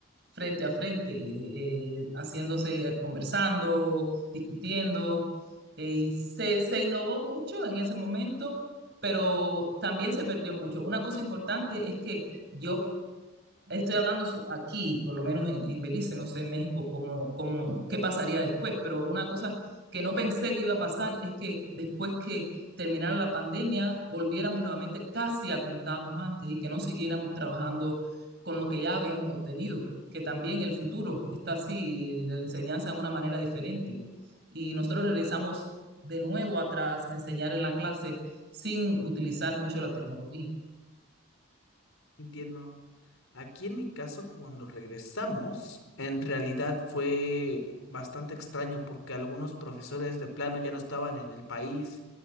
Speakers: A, on the right; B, on the left.
A: frente a frente, eh, haciéndose, conversando, discutiendo. eh, y se, se innovó mucho en ese momento, pero también se perdió mucho. Una cosa importante es que yo Estoy hablando so- aquí, por lo menos en, en Belice, no sé en México cómo, cómo, qué pasaría después, pero una cosa que no pensé que iba a pasar es que después que terminara la pandemia, volviéramos nuevamente casi a como estábamos antes y que no siguiéramos trabajando con lo que ya habíamos obtenido, que también el futuro está así, de la enseñanza de una manera diferente. Y nosotros regresamos de nuevo atrás a enseñar en la clase sin utilizar mucho la tecnología.
B: Entiendo. Aquí en mi caso, cuando regresamos, en realidad fue bastante extraño porque algunos profesores de plano ya no estaban en el país,